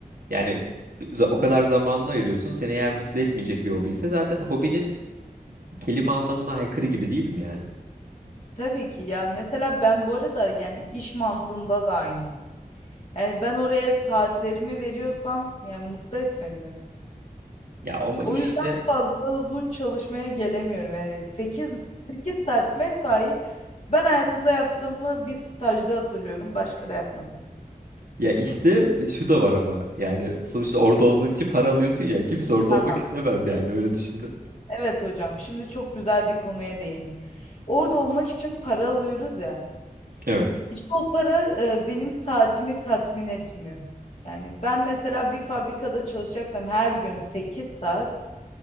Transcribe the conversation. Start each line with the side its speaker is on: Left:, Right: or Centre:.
Right: Yani za- o kadar zamanını ayırıyorsun. Seni eğer mutlu etmeyecek bir hobi ise zaten hobinin kelime anlamına aykırı gibi değil mi yani?
Left: Tabii ki ya mesela ben bu arada yani iş mantığında da aynıyım. Yani ben oraya saatlerimi veriyorsam yani mutlu etmeli beni.
Right: Ya ama
Left: O
Right: işte
Left: yüzden fazla uzun çalışmaya gelemiyorum. Yani sekiz sekiz saat mesai ben hayatımda yaptığımı bir stajda hatırlıyorum. Başka da yapmadım.
Right: Ya işte e, şu da var ama yani sonuçta orada olman için para alıyorsun ya kimse orada
Left: Tamam.
Right: olmak istemez yani öyle düşündü.
Left: Evet hocam. Şimdi çok güzel bir konuya değin. Orada olmak için para alıyoruz ya.
Right: Evet.
Left: İşte o para e, benim saatimi tatmin etmiyor. Yani ben mesela bir fabrikada çalışacaksam her gün 8 saat